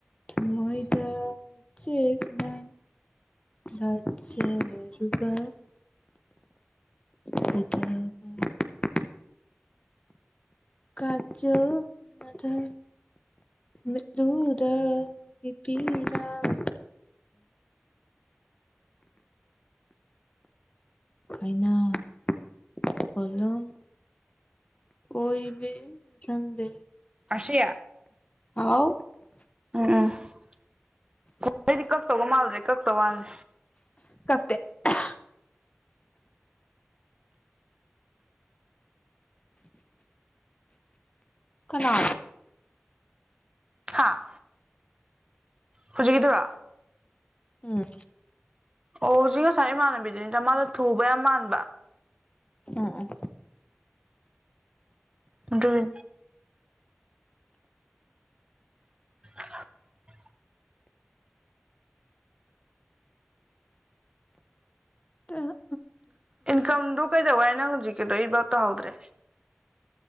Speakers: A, on the left (about 30°); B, on the right (about 25°).
A: ꯊꯃꯣꯏꯗ ꯆꯦꯠꯅ ꯂꯥꯠꯆꯔꯨꯕ <unintelligible> ꯀꯆꯤꯜ ꯃꯗ ꯃꯤꯠꯂꯨꯗꯒꯤ ꯄꯤꯔꯥꯡ ꯀꯥꯏꯅ <unintelligible> ꯑꯣꯏꯕꯤꯔꯝꯂꯦ
B: ꯔꯥꯁꯤ
A: ꯍꯥꯎ
B: <unintelligible> ꯑꯩꯗꯤ ꯀꯛꯇꯧꯕ ꯃꯥꯜꯂꯨꯔꯦ ꯀꯛꯇ ꯕꯥꯅꯦ
A: ꯇꯦꯠ ꯑꯍꯥ ꯀꯅꯥ
B: ꯍꯥꯥ ꯍꯧꯖꯤꯛꯀꯤꯗꯨꯔ
A: ꯑ
B: ꯑꯣ ꯍꯧꯖꯤꯛ ꯉꯁꯥꯏ ꯏꯃꯥꯟꯅꯕꯤꯗꯨꯅꯤꯗ ꯃꯥꯅ ꯊꯨꯕ ꯌꯥꯝ ꯃꯥꯟꯕ
A: ꯑ ꯑꯥ
B: ꯑꯗꯨꯏ <unintelligible>
A: ꯑ
B: ꯏꯟꯀꯝꯗꯨ ꯀꯩꯗꯧꯏ ꯅꯪ ꯍꯧꯖꯤꯛ ꯗꯩ ꯔꯇ ꯍꯣꯗ꯭ꯔꯦ